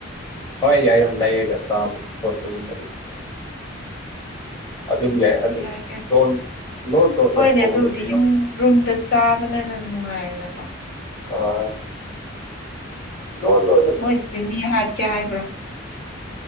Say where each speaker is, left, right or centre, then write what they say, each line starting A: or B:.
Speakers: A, on the left; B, on the left.
A: ꯍꯣꯏ ꯌꯥꯏ ꯂꯩꯌꯦꯒ ꯆꯥꯝꯃ ꯄꯣꯠꯇꯨꯒꯨꯝꯕꯗꯤ ꯑꯗꯨꯝ
B: ꯑꯗꯨꯗꯤ
A: ꯌꯥꯏ ꯑꯗꯨꯝ
B: ꯀꯩꯅꯣ
A: ꯂꯣꯟ ꯂꯣꯟ ꯂꯣꯟꯅ
B: ꯍꯣꯏꯅꯦ
A: ꯊꯣꯡꯕꯁꯦ
B: ꯑꯗꯨꯕꯨꯗꯤ ꯌꯨꯝ ꯔꯨꯝꯗ ꯆꯥꯕꯅꯦꯅ ꯅꯨꯡꯉꯥꯏꯌꯦꯗꯅꯀꯣ
A: ꯑ ꯂ ꯂꯣꯏ
B: ꯃꯣꯏꯗꯨꯗꯤ ꯃꯤ ꯍꯥꯠꯀꯦ ꯍꯥꯏꯕ꯭ꯔꯣ